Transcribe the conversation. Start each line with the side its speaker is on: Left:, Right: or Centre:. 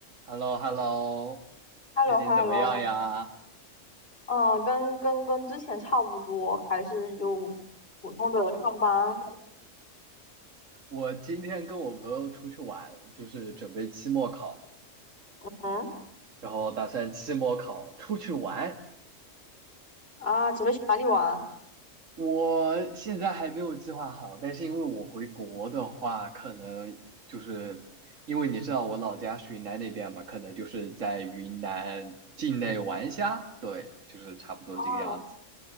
Right: h e l l o h e l l o
Left: h
Right: 最近怎么样呀？
Left: e l l o h e l l o 嗯，跟跟跟之前差不多，还是有普通的上班。
Right: 我今天跟我朋友出去玩，就是准备期末考，
Left: 嗯
Right: 然后打算期末考出去玩。
Left: 啊，准备去哪里玩？
Right: 我现在还没有计划好，但是因为我回国的话，可能就是因为你知道我老家是云南那边嘛，可能就是在云南境内玩一下，对，就是差不多这个样子。
Left: 哦，